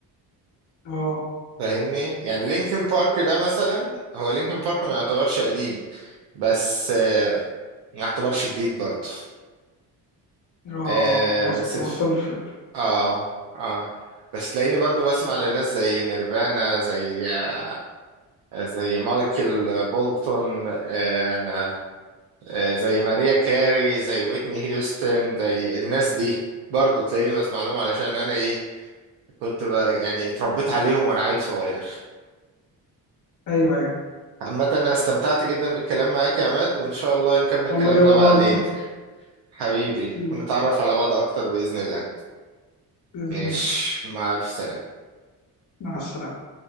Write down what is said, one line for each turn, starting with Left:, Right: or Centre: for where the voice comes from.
Left: اه
Right: فاهمني يعني لينكن بارك ده مثلا هو لينكن بارك ما يعتبرش قديم بس آه، ما يعتبرش جديد برضه
Left: اه
Right: آه،
Left: وصل
Right: بس
Left: وصل الفكر
Right: اه اه بس تلاقيني برضو بسمع لناس زي نيرفانا زي آه، زي مايكل بولتون آه آه زي ماريا كاري زي ويتني هيوستن زي الناس دي برضو تلاقيني بسمع لهم علشان انا ايه كنت بقى يعني اتربيت عليهم وانا عيل صغير
Left: ايوه ايوه
Right: عامة انا استمتعت جدا بالكلام معاك يا عماد وان شاء الله نكمل
Left: والله
Right: كلامنا
Left: وانا
Right: بعدين
Left: اكتر
Right: حبيبي
Left: أكيد
Right: ونتعرف على بعض اكتر بإذن الله
Left: بإذن
Right: ماشي
Left: الله
Right: مع الف سلامة
Left: مع السلامة